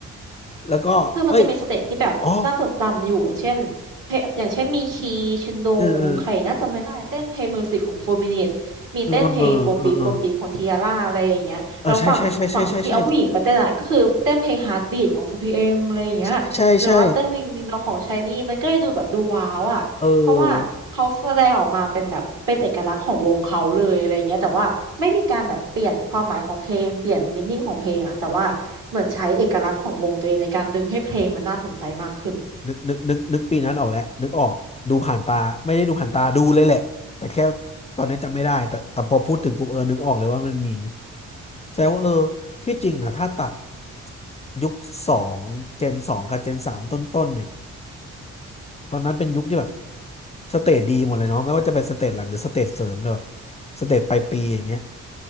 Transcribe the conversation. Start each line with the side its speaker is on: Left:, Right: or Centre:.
Left: แล้วก็เอ้ย
Right: คือมันจะมีสเตจที่แบบน่าจดจำอยู่อย่างเช่นเพลงอย่างเช่นมีคีชินดงใครน่าจะไม่ได้เต้นเพลงมิวสิกของโฟมินิตมีเต้นเพลงโบปีโบปีของทียาร่าอะไรอย่างเงี้ยแล้วฝั่งฝั่งที่เอาผู้หญิงไปเต้นอะก็คือเต้นเพลงฮาร์ดบีทของทพ
Left: อ๋อเออเออเออเออเออเออใช่ใช่ใช่ใช่ใช่ใช่
Right: p เอมอะไรอย่างเงี้ยหรือว่าเต้นวิงวิงดองของชายนี่มันก็เลยดูแบบดูว้าวอ่ะ
Left: ใช่ใช่ใช่เออ
Right: เพราะว่าเขาแสดงออกมาเป็นแบบเป็นเอกลักษณ์ของวงเขาเลยอะไรเงี้ยแต่ว่าไม่มีการแบบเปลี่ยนความหมายของเพลงเปลี่ยนมินนิ่งของเพลงอะแต่ว่าเหมือนใช้เอกลักษณ์ของวงตัวเองในการดึงให้เพลงมันน่าสนใจมากขึ้น
Left: นึกนึกนึกนึกปีนั้นออกแหละนึกออกดูผ่านตาไม่ได้ดูผ่านตาดูเลยแหละแต่แค่ตอนนี้จำไม่ได้แต่แต่พอพูดถึงปุ๊บเออนึกออกเลยว่ามันมีแสดงว่าเออที่จริงอะถ้าตัดยุคสองเจนสองกับเจนสามต้นๆเนี่ย ตอนนั้นเป็นยุคที่แบบสเตจดีหมดเลยเนาะไม่ว่าจะเป็นสเตจหลักหรือสเตจเสริมเนี่ยแบบสเตจปลายปีอย่างเงี้ย